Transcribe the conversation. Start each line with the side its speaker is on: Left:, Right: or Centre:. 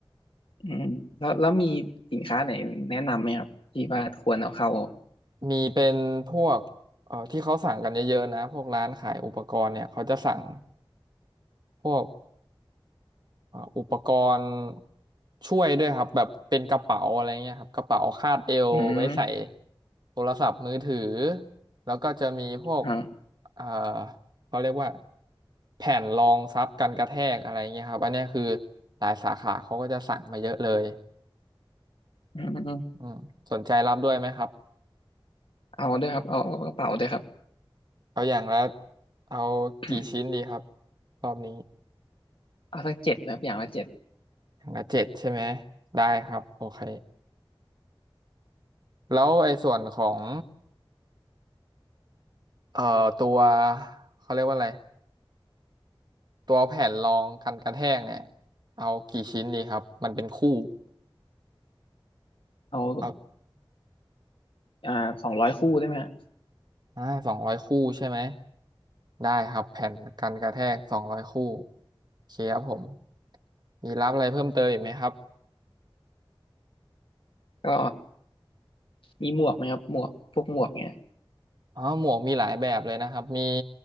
Left: อืมแล้วแล้วมีสินค้าไหนแนะนำไหมครับที่ว่าควรเอาเข้า
Right: มีเป็นพวกเอ่อที่เขาสั่งกันเยอะๆนะพวกร้านขายอุปกรณ์เนี่ยเขาจะสั่งพวก อ่าอุปกรณ์ช่วยด้วยครับแบบเป็นกระเป๋าอะไรเงี้ยครับกระเป๋าคาดเอวไว้ใส่
Left: อืม
Right: โทรศัพท์มือถือแล้วก็จะมีพวก
Left: อ่า
Right: เอ่อเขาเรียกว่าแผ่นรองซับกันกระแทกอะไรเงี้ยครับอันเนี้ยคือหลายสาขาเขาก็จะสั่งมาเยอะเลย
Left: อืม
Right: อืมสนใจรับด้วยไหมครับ
Left: เอาด้วยครับเอาเอากระเป๋าด้วยครับ
Right: เอาอย่างละเอา
Left: <coughs>
Right: กี่ชิ้นดีครับรอบนี้
Left: เอาสักเจ็ดนะครับอย่างละเจ็ด
Right: อย่างละเจ็ดใช่ไหมได้ครับโอเคแล้วไอ้ส่วนของ เอ่อตัวเขาเรียกว่าอะไรตัวแผ่นรองกันกระแทกเนี่ยเอากี่ชิ้นดีครับมันเป็นคู่
Left: เอา
Right: เอา
Left: อ่าสองร้อยคู่ได้ไหมฮะ
Right: อ่าสองร้อยคู่ใช่ไหมได้ครับแผ่นกันกระแทกสองร้อยคู่โอเคครับผมมีรับอะไรเพิ่มเติมอีกไหมครับ
Left: ก็มีหมวกไหมครับหมวกพวกหมวกเนี่ย
Right: อ๋อหมวกมีหลายแบบเลยนะครับมี